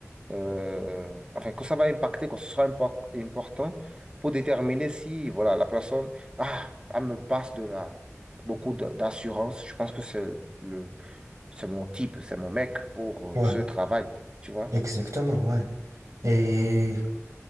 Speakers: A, on the right; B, on the right.
A: euh, enfin, que ça va impacter, que ce sera impor- important pour déterminer si, voilà, la personne, ah, ça me passe de la, beaucoup d- d'assurance. Je pense que c'est le, c'est mon type, c'est mon mec pour
B: ouais,
A: euh, ce travail, tu vois?
B: exactement, ouais. Et